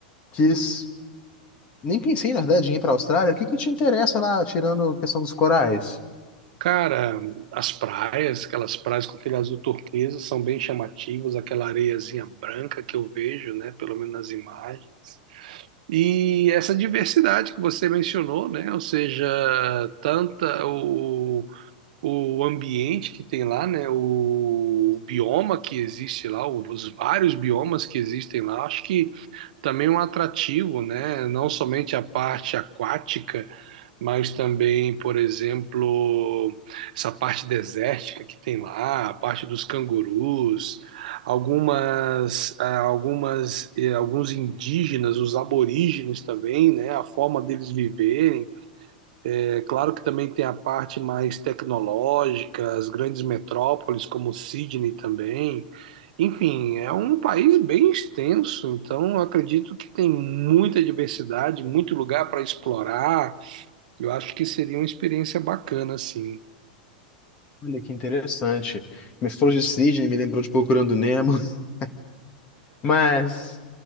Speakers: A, on the left; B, on the right.
A: quis, nem pensei, na verdade, em ir para a Austrália. O que que te interessa lá, tirando a questão dos corais?
B: Cara, as praias, aquelas praias com aquele azul turquesa, são bem chamativas, aquela areiazinha branca que eu vejo, né? Pelo menos nas imagens. E essa diversidade que você mencionou, né? Ou seja, tanta o, o ambiente que tem lá, né? O bioma que existe lá, os vários biomas que existem lá, acho que também é um atrativo, né? Não somente a parte aquática, mas também, por exemplo, essa parte desértica que tem lá, a parte dos cangurus, algumas, ah, algumas, eh, alguns indígenas, os aborígenes também, né? A forma deles viverem. É claro que também tem a parte mais tecnológica, as grandes metrópoles como Sydney também. Enfim, é um país bem extenso, então eu acredito que tem muita diversidade, muito lugar para explorar. Eu acho que seria uma experiência bacana, assim.
A: Olha que interessante. Me falou de Sydney, me lembrou de Procurando Nemo. <laughs> Mas